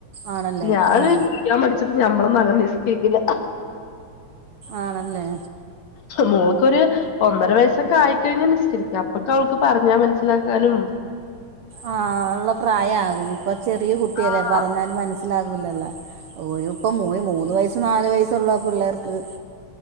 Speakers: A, on the right; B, on the left.
A: ആണല്ലേ
B: ഞാന്
A: ആ
B: കുളിക്കാൻ ഞമ്മളൊന്നും അങ്ങനെ നിസ്കരിക്കില്ല.
A: ആണല്ലേ.
B: മോൾക്കൊരു. ഒന്നര വയസൊക്കെ ആയിക്കഴിഞ്ഞാ നിസ്സരിക്കാം അപ്പൊക്കെ അവൾക്ക് പറഞ്ഞാ മനസ്സിലാക്കാനും.
A: ആഹ് അതിന്ള്ള പ്രായാകും ഇപ്പൊ ചെറിയ കുട്ടിയല്ലേ
B: ആ
A: പറഞ്ഞാല് മനസ്- ലാകൂല്ലല്ലോ ഒരു ഇപ്പ മൂന്ന് വയസ്സ് നാലു വയസ്സുള്ള പിള്ളേർക്ക്.